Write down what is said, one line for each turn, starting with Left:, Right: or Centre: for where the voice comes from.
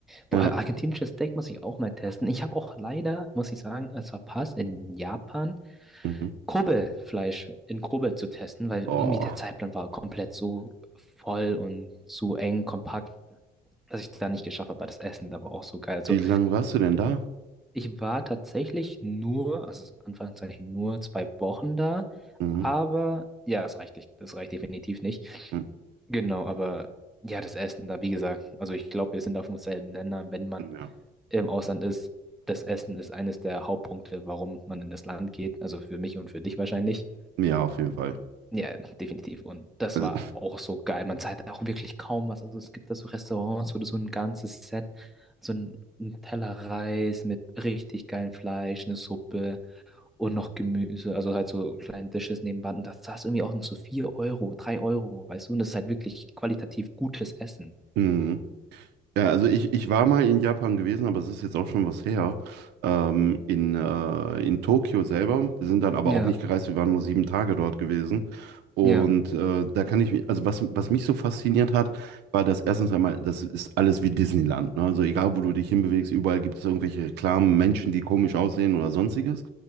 Centre: Boah,
Right: Ja.
Centre: argentinisches Steak muss ich auch mal testen. Ich habe auch leider, muss ich sagen, es verpasst, in Japan
Right: Mhm.
Centre: Kobe-Fleisch in Kobe zu testen, weil
Right: Oh,
Centre: irgendwie der Zeitplan war komplett so voll und so eng, kompakt, dass ich da nicht geschafft habe. Aber das Essen da war auch so geil. Also
Right: wie lange warst du denn da?
Centre: ich war tatsächlich nur, also Anführungszeichen nur zwei Wochen da,
Right: Mhm.
Centre: aber ja, es reicht nicht. Das reicht definitiv nicht.
Right: Mhm.
Centre: Genau, aber ja, das Essen da, wie gesagt, also ich glaube, wir sind auf demselben Nenner, wenn man
Right: Ja.
Centre: im Ausland ist, das Essen ist eines der Hauptpunkte, warum man in das Land geht. Also für mich und für dich wahrscheinlich.
Right: Ja, auf jeden Fall.
Centre: Ja, definitiv. Und das
Right: Also,
Centre: war auch so geil. Man zahlt auch wirklich kaum was. Also es gibt da so Restaurants, wo du so ein ganzes Set, so ein, ein Teller Reis mit richtig geilem Fleisch, eine Suppe und noch Gemüse. Also halt so kleine Dishes nebenbei. Und das zahlst du irgendwie auch noch so 4 Euro, 3 Euro, weißt du? Und das ist halt wirklich qualitativ gutes Essen.
Right: <laughs> mhm. Ja, also ich, ich war mal in Japan gewesen, aber es ist jetzt auch schon was her. Ähm, in, äh, in Tokio selber. Wir sind dann aber
Centre: Ja,
Right: auch nicht gereist, wir waren nur sieben Tage dort gewesen. Und
Centre: ja.
Right: äh, da kann ich mich, also was, was mich so fasziniert hat, war das erstens einmal, das ist alles wie Disneyland. Ne? Also egal, wo du dich hinbewegst, überall gibt es irgendwelche Reklamen, Menschen, die komisch aussehen oder sonstiges.